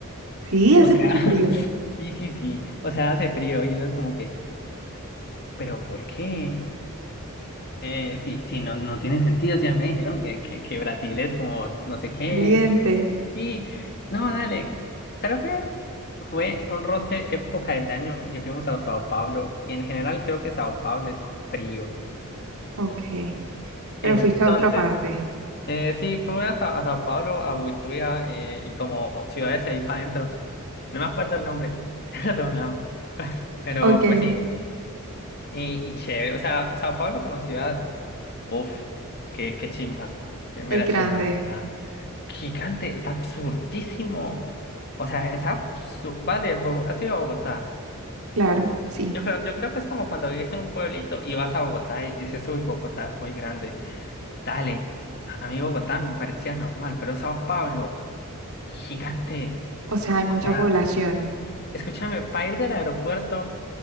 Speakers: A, on the right; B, on the left.
A: Sí, hace
B: O sea,
A: mucho
B: <laughs>
A: frío,
B: sí, sí, sí. O sea, hace frío y uno es como que, ¿pero por qué? Eh, sí, sí, no, no tiene sentido. O sea, me dijeron que, que, que Brasil es como no sé qué.
A: caliente.
B: Y no, dale. Creo que fue un roce época del año y que fuimos a Sao Paulo. Y en general creo que Sao Paulo es frío.
A: Ok, pero
B: Entonces,
A: fuiste a otra parte.
B: eh, sí, fuimos a, Sa- a Sao Paulo, a Buituia eh, y como ciudades ahí para adentro. No me acuerdo el nombre. <laughs> Perdóname. <laughs> Pero
A: Ok, es
B: pues sí. Y, y chévere, o sea, Sao Paulo como ciudad, uff, qué, qué chimba, qué mera
A: grande,
B: chimba, la verdad. Gigante, es absurdísimo. O sea, es absurdo. Vale, Bo- has ido a Bogotá.
A: claro, sí.
B: Yo creo, yo creo que es como cuando vivís en un pueblito y vas a Bogotá y dices, uy, Bogotá es muy grande. Dale, a mí Bogotá me parecía normal, pero Sao Paulo, gigante.
A: O sea, hay mucha
B: O sea,
A: población.
B: escúchame, para ir del aeropuerto